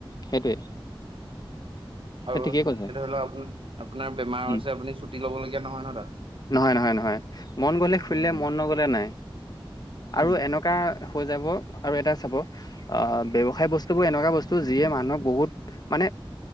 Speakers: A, on the left; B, on the right.
A: সেইটোৱে
B: আৰু
A: সেই ঠিকেই
B: তেতিয়া
A: কৈছে
B: ধৰি লওঁক আপ আপোনাৰ বেমাৰ
A: উম,
B: হৈছে আপুনি চুটি লব লগীয়া নহয় ন তাত।
A: নহয়, নহয়, নহয়, মন গলে খুলিলে
B: উম
A: মন নগলে নাই
B: উম
A: আৰু এনেকুৱা- হৈ যাব আৰু এটা চাব অঁ ব্যয়ৱসায়
B: উম
A: বস্তুটো এনেকুৱা বস্তু- যিয়ে মানুহক বহুত মানে